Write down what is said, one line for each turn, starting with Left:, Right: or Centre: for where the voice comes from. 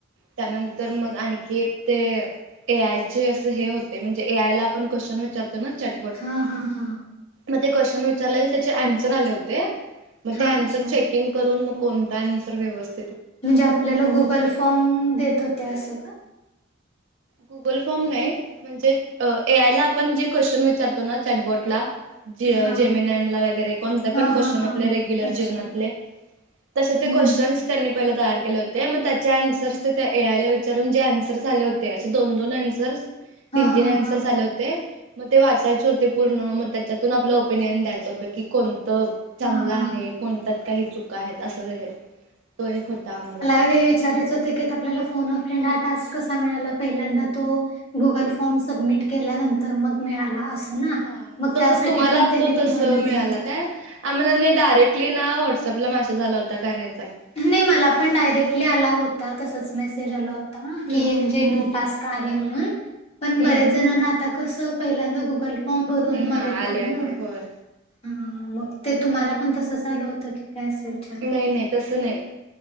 Right: त्यानंतर मग आणि की ते ए-आयचे असे हे होते म्हणजे ए-आय ला आपण क्वेश्चन विचारतो तो ना चाट
Left: हा हम हा!
Right: मग ते क्वेशचन विचारलेले त्याचे अन्सर आले होते मग
Left: हा
Right: ते अन्सर
Left: अच्छा
Right: चेकिंग करून मग कोणता अन्सर व्यवस्थ
Left: म्हणजे आपल्याला गुगल फॉर्म देत होते असं का?
Right: गुगल फॉर्म नाही म्हणजे ए-आय ला आपण जे क्वेश्चन विचारतो ना चॅटबॉट ला ज
Left: हा
Right: जेमेनाय ला वगैरे कोणते
Left: हा
Right: पण
Left: हा
Right: क्वेश्चन
Left: हा
Right: आपले रेग्युलर
Left: अच्छा
Right: जीवनातले तसे ते
Left: हम्म
Right: क्वेश्चन्- त्यांनी पहिला तयार केले होते मग त्याचे अन्सर्स त्या ए-आयला विचारून जे अन्सर्स आले हो ते असे दोन दोन अन्सरस
Left: हा
Right: तीन तीन
Left: हा
Right: अन्सरस
Left: हा
Right: आले होते मग ते वाच चायचे होते पूर्ण मग त्याच्यातून आपलं ओपिनियन द्यायचं होतं की कोणत चांगला
Left: हा हा
Right: आहे
Left: हा
Right: कोणत्यात काही चुक आहेत असं काही तरी तो एक होता आम्हाला
Left: ते विचारायच की आपल्याला फोन अ फ्रेंड हा टास्क कसा मिळाला पहिल्यांदा तो गुगल फॉर्म सबमिट केल्यानंतर मग मिळाला अस होणा
Right: हा
Left: मग
Right: तसं
Left: त्यासाठी
Right: तुम्हाला
Left: पण त्यांनी
Right: तो तसं
Left: तुम्हाला
Right: मिळाला
Left: दिलं होत.
Right: काय आम्हाला ना... डायरेक्टली ना... व्हॉटसअपला मेसेज आला होता कार्याचा -
Left: नई... मला पण डायरेक्टली आला होता... तसाच मेसेज आला होता...
Right: हम्म
Left: की- जे... न्यू टास्क आहे म्हणून... पण बऱ्याच
Right: हम्म
Left: जणांना आता कसं- पहिल्यांदा गुगल फॉर्म भरून... मग
Right: हा
Left: येतोय
Right: आले आले
Left: ना?
Right: होय
Left: हा... मग ते तुम्हाला पण, तसंच आलं होतं की काय असं विचार
Right: नई, नई... तसं नई